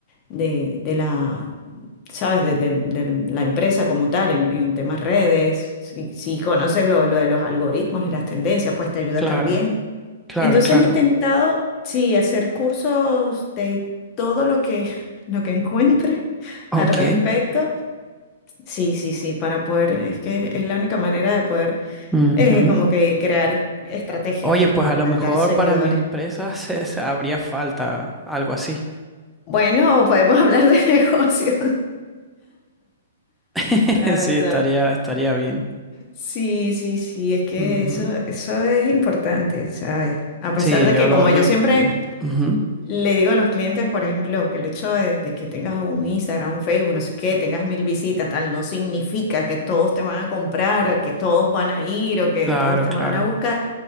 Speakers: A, on the left; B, in the centre.
A: de- de la, ¿sabes? De, de- de la empresa como tal, en, en temas redes. Si, si conoces lo, lo de los algoritmos y las tendencias, pues te ayuda
B: claro,
A: también.
B: claro,
A: Entonces
B: claro.
A: he intentado, sí, hacer cursos de todo lo que, <laughs> lo que encuentre
B: Ok.
A: al respecto. Sí, sí, sí, para poder, es que es la única manera de poder
B: Ujú.
A: eh, como que crear estrategias,
B: Oye,
A: pues,
B: pues
A: para
B: a
A: aumentar
B: lo mejor
A: seguidores.
B: para mi empresa <laughs> se, se- habría falta algo así.
A: Bueno, podemos hablar de <laughs> negocios,
B: <laughs>
A: la
B: Sí,
A: verdad.
B: estaría, estaría bien.
A: Sí, sí, sí, es que
B: Ujú.
A: eso, eso es importante, ¿sabes? A pesar
B: Sí,
A: de
B: yo
A: que
B: lo,
A: como
B: yo,
A: yo siempre
B: mm, ujú.
A: Le digo a los clientes, por ejemplo, que el hecho de, de que tengas un Instagram, un Facebook, no sé qué, tengas mil visitas, tal, no significa que todos te van a comprar o que todos van a ir o que
B: Claro,
A: todos te
B: claro.
A: van a buscar,